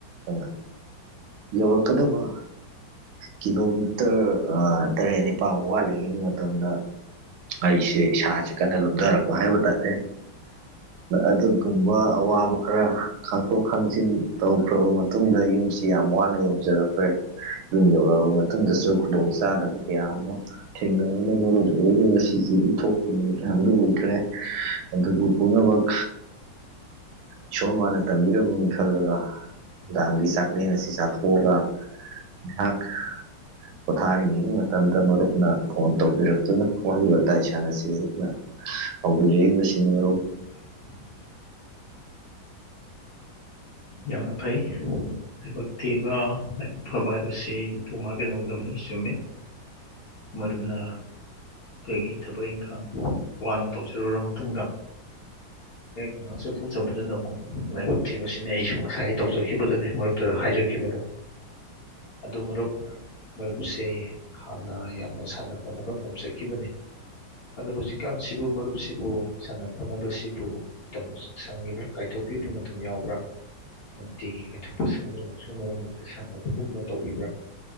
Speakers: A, on the right (about 85°); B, on the left (about 60°).
A: ꯑꯪ ꯌꯧꯔꯛꯀꯗꯕ ꯀꯤꯂꯣꯃꯤꯇꯔ ꯇꯔꯦꯠ ꯅꯤꯄꯥꯜꯃ ꯋꯥꯠꯂꯤꯉꯩꯒꯤ ꯃꯇꯝꯗ ꯑꯩꯁꯦ ꯏꯁꯥꯁꯦ ꯀꯟꯅ ꯂꯨꯝꯊꯔꯛꯄ ꯍꯥꯏꯕ ꯇꯥꯔꯦ ꯑꯗꯨꯒꯨꯝꯕ ꯑꯋꯥꯕ ꯈꯔ ꯈꯥꯡꯇꯣꯛ ꯈꯥꯡꯖꯤꯟ ꯇꯧꯈ꯭ꯔꯕ ꯃꯇꯨꯡ ꯗ ꯌꯨꯝꯁꯤ ꯌꯥꯝ ꯋꯥꯅ ꯌꯧꯖꯔꯛꯈ꯭ꯔꯦ ꯌꯨꯝ ꯌꯧꯔꯛꯑꯕ ꯃꯇꯨꯡꯗꯁꯨ ꯈꯨꯗꯣꯡ ꯆꯥꯗꯕ ꯀꯌꯥ ꯑꯃ ꯊꯦꯡꯅꯕꯅ ꯃꯔꯝ ꯑꯣꯏꯔꯒ ꯉꯁꯤꯖꯦ ꯏꯟꯊꯣꯛꯄ ꯅꯨꯃꯤꯠ ꯍꯥꯏꯕꯗꯨ ꯑꯣꯏꯈ꯭ꯔꯦ ꯑꯗꯨꯕꯨ ꯄꯨꯝꯅꯃꯛ ꯏꯁꯣꯔ ꯃꯥꯅ ꯇꯝꯕꯤꯔꯝꯕꯅꯤ ꯈꯜꯂꯒꯥ ꯗꯥꯡꯒꯤ ꯆꯥꯛꯂꯦꯟ ꯑꯁꯤ ꯆꯥꯊꯣꯛꯑꯒ ꯅꯍꯥꯛ ꯄꯣꯊꯥꯔꯤꯉꯩꯒꯤ ꯃꯇꯝꯗ ꯃꯔꯨꯞ ꯅ ꯐꯣꯟ ꯇꯧꯕꯤꯔꯛꯇꯨꯅ ꯋꯥꯔꯤ ꯋꯥꯇꯥꯏ ꯁꯥꯟꯅꯁꯦꯅ ꯇꯧꯕꯤꯔꯛꯏꯕꯁꯤꯅꯤ ꯃꯔꯨꯞ
B: <inaudible> ꯌꯥꯝꯅ ꯐꯩ ꯂꯥꯏꯕꯛ ꯊꯤꯕ ꯂꯥꯏꯕꯛ ꯐꯕ ꯍꯥꯏ ꯃꯁꯤ ꯃꯄꯨ ꯃꯥꯒꯤ ꯅꯣꯡꯗꯝꯅꯤ ꯆꯨꯝꯃꯤ ꯃꯔꯨꯞꯅꯥ ꯀꯩꯒꯤ ꯊꯕꯛ ꯏꯪꯈꯥꯡ ꯋꯥꯅ ꯇꯧꯖꯔꯨꯔꯕ ꯃꯇꯨꯡꯗ ꯍꯦꯛ ꯉꯍꯥꯛ ꯆꯠꯊꯣꯛ ꯆꯕꯗꯨꯗ ꯑꯃꯨꯛ ꯂꯥꯏꯕꯛ ꯊꯤꯕꯁꯤꯅꯤ ꯑꯩꯁꯨ ꯉꯁꯥꯏ ꯇꯧꯖꯈꯤꯕꯗꯨꯅꯦ ꯃꯔꯨꯞꯇꯒ ꯍꯥꯏꯖꯈꯤꯕꯗꯣ ꯑꯗꯨ ꯃꯔꯨꯞ ꯃꯔꯨꯞꯁꯦ ꯍꯥꯟꯅ ꯌꯥꯝꯅ ꯁꯥꯟꯅ ꯈꯣꯠꯅꯕ ꯇꯝꯖꯈꯤꯕꯅꯤ ꯑꯗꯣ ꯍꯧꯖꯤꯛꯀꯥꯟ ꯁꯤꯕꯨ ꯃꯔꯨꯞꯁꯤ ꯕꯨ ꯁꯥꯟꯅ ꯈꯣꯠꯅꯕꯁꯤꯕꯨ ꯃꯇꯝ ꯁꯪꯉꯤꯕ꯭ꯔꯥ ꯀꯥꯏꯊꯣꯛꯄꯤꯕꯥ ꯃꯇꯝ ꯌꯥꯎꯕ꯭ꯔꯥ ꯅꯨꯡꯇꯤꯒꯤ ꯀꯥꯏꯊꯣꯛꯄ ꯁꯪꯗ꯭ꯔꯃꯛꯁꯨ ꯃꯔꯛ ꯃꯔꯛꯇ ꯁꯥꯟꯅꯕꯒꯨꯝꯕ ꯇꯧꯕꯤꯕ꯭ꯔꯥ